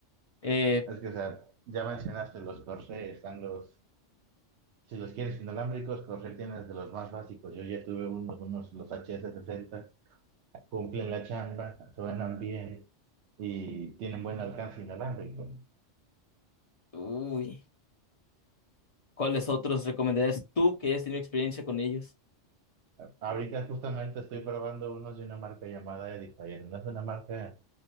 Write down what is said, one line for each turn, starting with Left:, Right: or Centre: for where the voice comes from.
Left: Eh,
Right: es que, o sea, ya mencionaste los Corsair, están los, si los quieres inalámbricos, Corsair tienes de los más básicos. Yo ya tuve unos, unos, los HS60, cumplen la chamba, suenan bien y tienen buen alcance inalámbrico.
Left: uy, ¿cuáles otros recomendarías tú que hayas tenido experiencia con ellos?
Right: Ahorita justamente estoy probando unos de una marca llamada Edifier. No es una marca